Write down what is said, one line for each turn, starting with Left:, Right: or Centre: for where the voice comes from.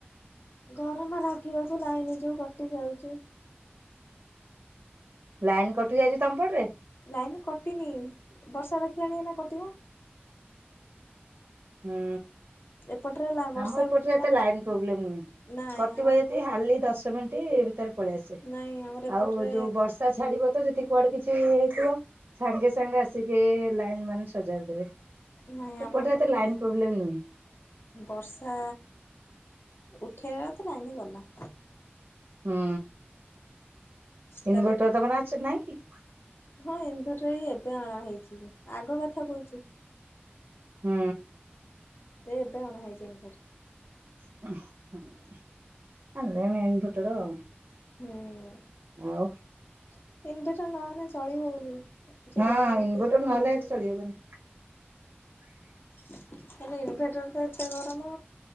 Left: ଗରମ ଲାଗିବାକୁ ଲାଇନ ଯୋଉ କଟି ଯାଉଛି।
Right: ଲାଇନ କଟି ଯାଇଛି ତମପଟେ?
Left: ଲାଇନ୍ କଟିନି ବର୍ଷା ରଖିଲାଣି ଏଇନା କଟିବ।
Right: ହୁଁ।
Left: ଏପଟରେ ଲା ବର୍ଷା
Right: ଆମ ଏପଟରେ
Left: ଉଠେଇଲା
Right: ଏତେ ଲାଇନ ପ୍ରୋବ୍ଲେମ ନୁହେଁ
Left: ନାଇଁ
Right: କଟିବ
Left: ଆମର
Right: ଯଦି ଖାଲି ଦଶ ମିନିଟ୍ ପଳେଇ ଆସେ
Left: ନାଇଁ ଆମର ଏପଟରେ
Right: ।ଆଉ ଯୋଉ ବର୍ଷା ଛାଡିବ ତ ଯଦି କୁଆଡେ କିଛି ହେଇଥିବ । ସାଙ୍ଗେ ସାଙ୍ଗେ ଆସିକି ଲାଇନ ମାନ୍ ସଜାଡିଦେବେ।
Left: ନାଇଁ
Right: ଏପଟେ ଏତେ
Left: <unintelligible>
Right: ଲାଇନ ପ୍ରୋବ୍ଲେମ ନୁହେଁ।
Left: ବର୍ଷା ଉଠେଇଲା ତ ଲାଇନି ଗଲା।
Right: ହୁଁ
Left: ତାର
Right: ଇନଭଟର ତମର ଅଛି ନାଇଁ କି?
Left: ହଁ ଇନଭର୍ଟର ଏଇ ଏବେ ଅଣା ଆଗ କଥା କହୁଛୁ।
Right: ହୁଁ।
Left: ଏ ଏଦା ଅଣା ହାଇଜେନିକ
Right: <unintelligible>
Left: ହୁଁ।
Right: ଆଉ
Left: <unintelligible> ନହେଲେ ଚଳି ହଉନି। ସେ
Right: ହଁ
Left: ଗରମ ଏତେ
Right: ଇନଭଟର
Left: ଜୋରେ
Right: ନହେଲେ
Left: ହଉଛି।
Right: ଏଠି ଚଳିହବନି।
Left: ହେଲେ ଇନଭେଟର ତ ଏତେ ଗରମ